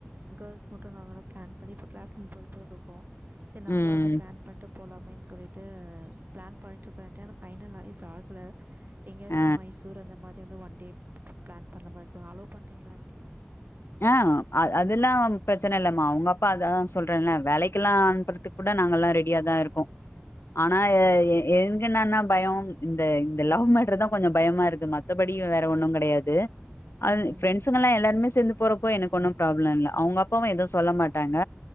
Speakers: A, on the right; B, on the left.
A: கேர்ள்ஸ் மட்டு நாங்களா பிளான் பண்ணி இப்போ கிளாஸ்ல முப்பது பேர் இருக்கோ செரி நம்மளா
B: ம்
A: வந்து பிளான் பண்ட்டு போலாமேன்னு சொல்லிட்டு பிளான் பண்ட்டு இருக்கோ ஆன்டி பைனல்லய்ஸ் ஆகல எங்கயாச்சு
B: அ
A: இந்த மைசூர் அந்த மாரி வந்து ஒன் டே பிளான் பண்ற மாரி இருக்கு அலோ பண்றிங்களா ஆண்ட்டி
B: ஆ அதெல்லா பிரச்சன இல்லம்மா அவங்க அப்பா அதா சொல்றேன்ல்ல வேலைக்கெல்லா அனுப்பறதுக்கு கூட நாங்கள்ல்லா ரெடியா தா இருக்கோ ஆனா எ
A: அப்படியா
B: என் என்னனா பய இந்த லவ் மேட்டர் தா கொஞ்சோ பயமா இருக்கு மத்தபடி வேற ஒன்னு கெடையாது அது
A: ம். ம்.
B: ஃப்ரண்ட்ஸ்சுங்களா எல்லாருமே சேந்துப் போறோப்போ எனக்கு ஒன்னு ப்ராப்ள இல்ல அவங்க அப்பாவு எதுவு சொல்ல மாட்டாங்க